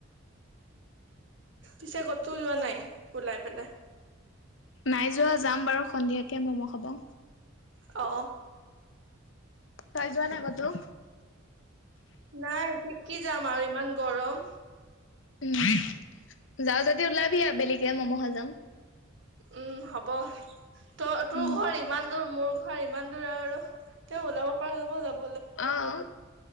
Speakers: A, on the right (about 60°); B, on the left (about 65°).
A: পিছে কতোও যোৱা নাই ওলাই পেলাই।
B: নাই যোৱা যাম বাৰু সন্ধিয়াকে মমো খাবা।
A: অ',
B: তাই যোৱা নাই কতো।
A: নাই কি- কি যাম আৰু ইমান গৰম।
B: উম, যাও যদি ওলাবি আবেলিকে মম খাই যাম।
A: উম, হ'ব ত তোৰ
B: উম
A: ঘৰ ইমান দূৰ মোৰ ঘৰ ইমান দূৰ আৰু। তে ওলাব পৰা যাব - যাব।
B: অ',